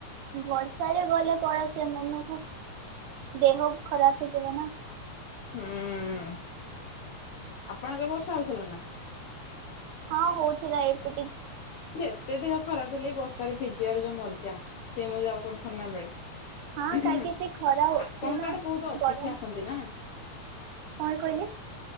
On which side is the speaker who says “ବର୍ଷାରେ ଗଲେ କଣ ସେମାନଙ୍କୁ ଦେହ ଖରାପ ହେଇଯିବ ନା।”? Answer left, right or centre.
Right